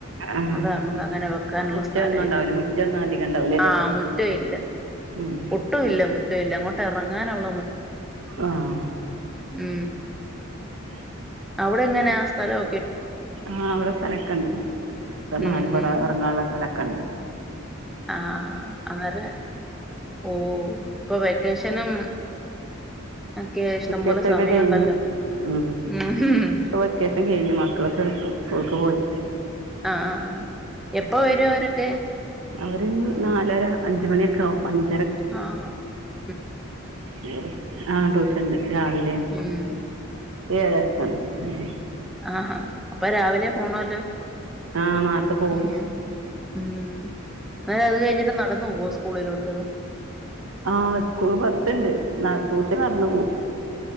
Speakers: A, on the right (about 80°); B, in the centre.
A: ആഹ്
B: അതാ നമക്ക് അങ്ങനെ വെക്കാനുള്ള
A: മുറ്റൊന്നും
B: സ്ഥലയില്ല
A: ഉണ്ടാവൂല മുറ്റൊന്നും അധികം ഉണ്ടാവൂല അല്ലേ
B: ആഹ മുറ്റയി ല്ല
A: ഉം
B: ഒട്ടുല്ല മുറ്റയില്ല അങ്ങോട്ട് എറങ്ങാനുള്ള
A: ആഹ
B: ഉം
A: ഉ <unintelligible>
B: ഔടങ്ങനാ സ്ഥലോ
A: ആ അവടെ സ്ഥലൊക്കെ ഇണ്ട് ഇപ്പം
B: ഉം
A: നാല് പൊറ എറങ്ങാള സ്ഥലക്കെ ഇണ്ട്
B: ആഹ അന്നേര ഓ ഇപ്പൊ വെക്കേഷനും ഒക്കെ ഇഷ്ടംപോലെ
A: വെക്കേഷ
B: സമയമുണ്ടല്ലോ
A: ക്കെ കഴിഞ്ഞു ഉം
B: ഉം
A: ഇപ്പ വൊക്കേഷൻ കഴിഞ്ഞു മക്കളൊക്കെ സ്കൂൾക്ക് പോയി
B: ആ ആ ആ എപ്പോ വരും അവരൊക്കെ
A: അവര് നാലര അഞ്ച് മണിയൊക്കെ ആവും അഞ്ച്
B: ആഹ് ആഹ
A: ശരി ആ ട്യൂഷൻണ്ട് രാവിലെണ്
B: ഉം
A: ഏഴരക്കാണ് ഉം
B: ആ ആഹ് അപ്പൊ രാവിലെ പോണല്ലോ
A: ആഹ് നേരത്തെ പോവും
B: ഉം ഉം എന്നാല് അത് കഴിഞ്ഞാട്ട് നടന്ന് പോവോ സ്ക്കൂളിലോട്ട്
A: ആഹ് സ്കൂള് ബസ്സുണ്ട് ന ട്യൂഷന് നടന്നു പോവും